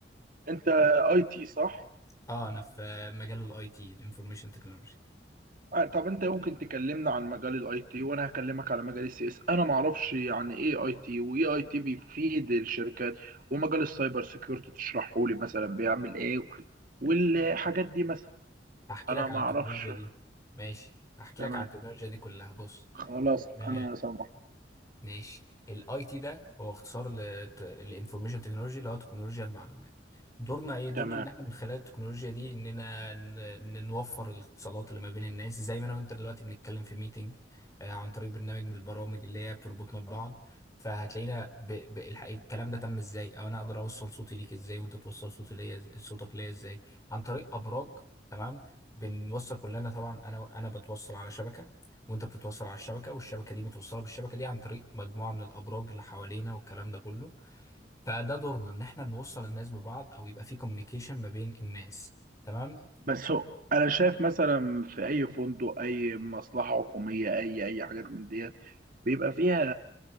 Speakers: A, on the right (about 50°); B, on the left (about 20°).
A: أنت أي تي صح؟
B: <laughs> اه انا في مجال الاي تي الانفورميشن تكنولوجي
A: طب انت يمكن تكلمنا عن مجال الاي تي وانا هكلمك على مجال السي اس انا ما اعرفش يعني ايه اي تي وايه اي تي بيفيد الشركات ومجال السايبر سيكيورتي تشرحه لي مثلا بيعمل ايه والحاجات دي مثلا
B: هحكي
A: انا
B: لك
A: ما
B: عن التكنولوجيا
A: اعرفش
B: دي ماشي هحكي
A: تمام
B: لك عن التكنولوجيا دي كلها بص
A: خلاص
B: ده
A: انا سامح
B: ماشي الاي تي ده هو اختصار للانفورميشن تكنولوجي اللي هو تكنولوجيا المعلومات دورنا ايه دورنا
A: تمام
B: ان احنا من خلال التكنولوجيا دي اننا ن- ن- نوفر الاتصالات اللي ما بين الناس زي ما انا وانت دلوقتي بنتكلم في ميتنج عن طريق برنامج من البرامج اللي هي بتربطنا ببعض فهتلاقينا ب... ب... الح- الكلام ده تم ازاي او انا اقدر اوصل صوتي ليك ازاي وانت توصل صوتي ليا إز- صوتك ليا ازاي عن طريق ابراج تمام بنوصل كلنا طبعا انا انا بتوصل على شبكة وانت بتتوصل على الشبكه والشبكه دي متوصله بالشبكه دي عن طريق مجموعه من الابراج اللي حوالينا والكلام ده كله فده دورنا ان احنا نوصل الناس ببعض او يبقى في كوميونيكيشن ما بين الناس تمام
A: بس هو انا شايف مثلا في اي فندق اي مصلحه حكوميه اي اي حاجات من ديت بيبقى فيها